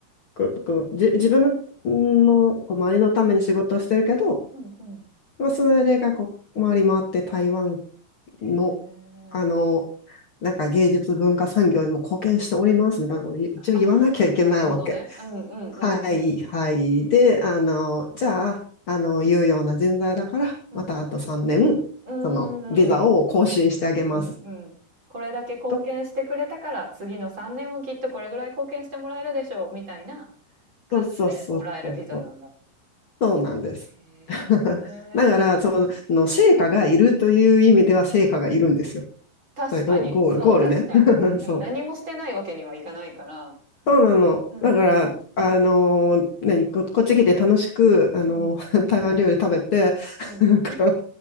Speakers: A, on the left (about 85°); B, on the right (about 25°).
A: こうこうじ、自分の、のこう周りのために仕事をしてるけど、
B: うんうん。
A: まあ、それがこう回り回って台湾
B: へえ。
A: の、あの、なんか芸術文化産業にも貢献しておりますみたいなこと一応言わなきゃいけないわけ。
B: ああ、なるほどね。うんうんうん
A: はいはい。で、あの、じゃあ、あの、有用な人材だから、
B: うん。
A: またあと3年、
B: うん。うーん、
A: その、ビザを更新してあげます。
B: うんうん。これだけ貢献してくれたから、
A: と、
B: 次の3年もきっとこれぐらい貢献してもらえるでしょう、みたいな感じでもらえるビザなんだ。
A: と、そうそうそうそう。そうなんです。
B: へえ。
A: <laughs>
B: へえ。
A: だから、その、の成果がいるという意味では成果がいるんですよ。
B: 確かに、
A: ゴーゴール、
B: そう、
A: ゴールね。
B: 確かに。うんうん。
A: <laughs> そう。
B: 何もしてないわけにはいかないから。
A: そうなの。
B: うんうん
A: だから、あのー何、こ、こっち来て楽しく、あのー
B: うん。
A: <laughs> 台湾料理食べて、
B: うん、
A: <laughs> なんか